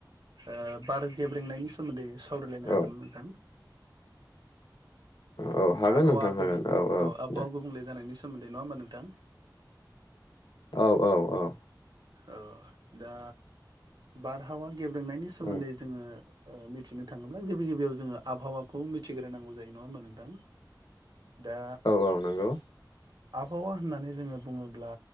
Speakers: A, on the right (about 70°); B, on the left (about 75°).
A: ओ बार गेब्रेंनायनि सोमोन्दै सावरायलायनो
B: औ
A: हागोन नोंथां
B: औ हागोन
A: आबहावा
B: नोंथां
A: गुबुं
B: हागोन
A: औ आबहावा
B: दे
A: गुबुंले जानायनिस सोमोन्दै नङा होमबा नोंथां?
B: औ औ औ
A: औ दा बारहावान गेब्रेंनायनि सोमोन्दै
B: औ
A: जोङो ओ मिथिनो थाङोब्ला गिबि गिबियाव जोङो आबहावाखौ मिथिग्रोनांगौ जायो नङा होमबा नोंथां दा
B: औ औ नंगौ
A: आबहावा होननानै जोङो बुङोब्ला